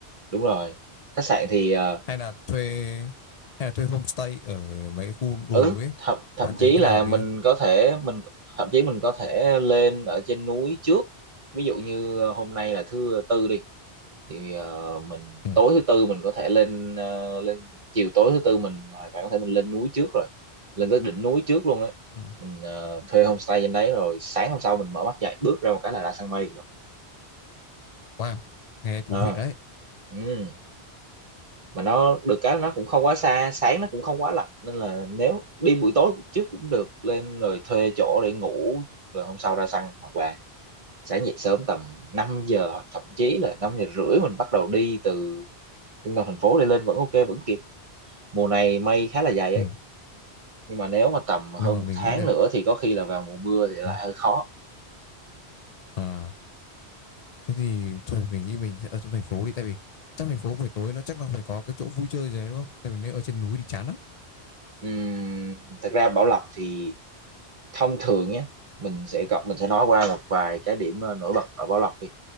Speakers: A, on the right; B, on the left.
A: đúng rồi khách sạn thì ờ,
B: hay là thuê hay là thuê homestay ở mấy cái khu đồi
A: ừ
B: núi ấy
A: thậm thậm
B: bạn thấy
A: chí
B: cái
A: là
B: nào hợp
A: mình
B: lý hơn
A: có thể mình thậm chí mình có thể lên ở trên núi trước ví dụ như ờ, hôm nay là thứ tư đi thì ờ, mình
B: ừ.
A: tối thứ tư mình có thể lên ờ, lên chiều tối thứ tư mình hoàn toàn có thể mình lên núi trước rồi lên tới đỉnh núi trước luôn ấy
B: ừ.
A: mình ờ, thuê homestay trên đấy rồi sáng hôm sau mình mở mắt dậy bước ra một cái là đã sang mây rồi
B: wow nghe thú
A: Ờ,
B: vị đấy
A: ừ. mà nó được cái nó cũng không quá xa sáng nó cũng không quá lạnh nên là nếu đi buổi tối trước cũng được lên rồi thuê chỗ để ngủ rồi hôm sau ra săn hoặc là sẽ dậy sớm tầm 5 giờ hoặc thậm chí là năm giờ rưỡi mình bắt đầu đi từ trung tâm thành phố để lên vẫn ok vẫn kịp mùa này mây khá là dày
B: ừ.
A: ấy nhưng mà nếu mà tầm hơn
B: nhưng mà
A: một
B: mình
A: tháng
B: nghĩ là
A: nữa thì có khi là vào mùa mưa thì lại
B: ừ.
A: hơi khó
B: à Thế thì thôi mình nghĩ mình sẽ ở trong thành phố đi tại vì trong thành phố buổi tối nó chắc nó phải có cái chỗ vui chơi gì đấy đúng không? Tại vì nếu ở trên núi thì chán lắm.
A: Ừm, thật ra Bảo Lộc thì thông thường nhé mình sẽ có mình sẽ nói qua một vài cái điểm ờ, nổi bật ở Bảo Lộc đi